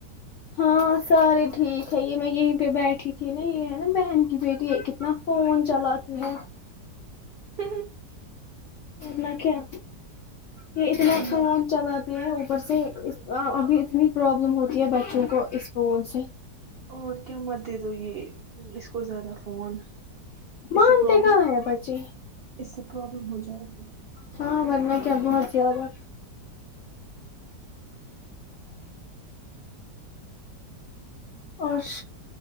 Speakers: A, on the left; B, on the right.
A: ہاں ساریے ٹھیک اچا یہ میں یہیں پہ بیٹھی تھی نا یہ ہے نا بہن کی بیٹی ہے کتنا فون چلاتی ہے
B: ہ
A: نا کیا یہ اتنا فون
B: مت
A: چلاتی ہے اوپر سے ابھی اتنی پرابلم ہوتی ہے بچوں کو اس فون سے
B: اور کیا مت دید ہو یہ اس کو زیادہ فون
A: مانتے
B: اس سے پرابلم
A: کہاں ہے باچے
B: اس سے پرابلم ہو جائے گی
A: ہاں بننا کیا بہت زیادہ اورش